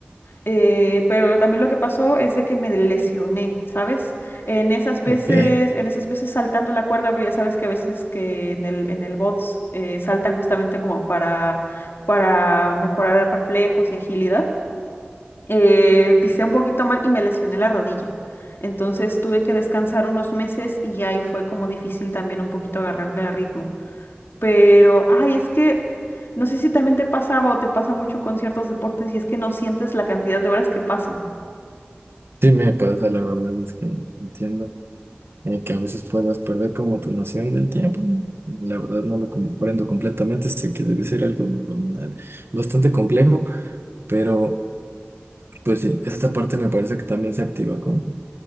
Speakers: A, on the left; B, on the right.
A: eh, pero también lo que pasó es de que me lesioné, ¿sabes? En esas veces,
B: Ok.
A: en esas veces saltando la cuerda, pero ya sabes que a veces que en el, en el bots eh, saltan justamente como para, para mejorar reflejos y agilidad eh, pisé un poquito mal y me lesioné la rodilla. Entonces tuve que descansar unos meses y ahí fue como difícil también un poquito agarrarle el ritmo. Pero, ay, es que no sé si también te pasaba o te pasa mucho con ciertos deportes y es que no sientes la cantidad de horas que pasan.
B: Sí me pasa, la verdad es que entiendo eh, que a veces puedas perder como tu noción del tiempo. La verdad no lo comprendo completamente, sé que debe ser algo neuronal bastante complejo, pero pues sí, esta parte me parece que también se activa con,